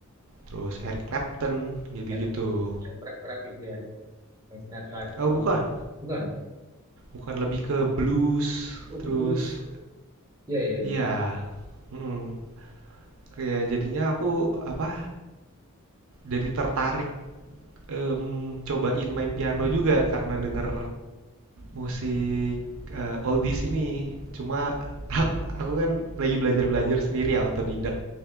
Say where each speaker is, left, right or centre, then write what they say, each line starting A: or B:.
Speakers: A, on the right (about 65°); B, on the right (about 15°).
A: terus Eric Clapton, gitu-gitu.
B: yang, yang berat-berat gitu ya. Yang sinetron itu
A: Oh
B: soalnya.
A: bukan,
B: Bukan.
A: Bukan lebih ke blues,
B: Oh, kudus.
A: terus
B: Iya, iya, iya.
A: iya, mhm, kayak jadinya aku, apa, jadi tertarik, mmm, cobain main piano juga karena denger musik, eee, oldies ini. Cuma aku aku kan lagi belajar-belajar sendiri ya, otodidak.